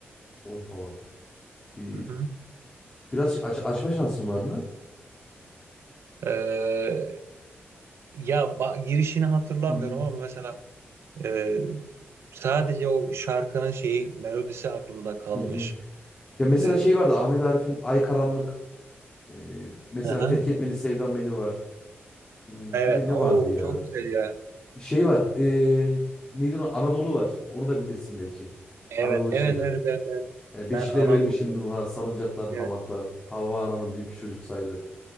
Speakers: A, on the left (about 20°); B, on the right (about 70°).
A: Oy havar. E,
B: Hı hı.
A: biraz aç- açma şansın var mı?
B: Ee, ya ba- girişini hatırlamıyorum
A: Hı hı.
B: ama mesela e, sadece o şarkının şeyi melodisi aklımda kalmış.
A: Hı hı. Ya mesela
B: Ee,
A: şey vardı Ahmet Arif'in Ay Karanlık. e, mesela
B: hı hı.
A: Terk Etmedi Sevdam Beni var. Hmm,
B: Evet.
A: bir de ne
B: O
A: vardı ya?
B: çok güzel ya.
A: Şey var. E, neydi ona? Anadolu var. Onu da bilirsin belki.
B: Evet,
A: Anadolu
B: evet,
A: şiiri.
B: evet, evet, evet.
A: Yani
B: Ben
A: beşikler
B: Anadolu'yum.
A: vermişim Nuh'a. Salıncaklar,
B: Evet.
A: hamaklar. Havva ananın dünkü çocuk sayılır.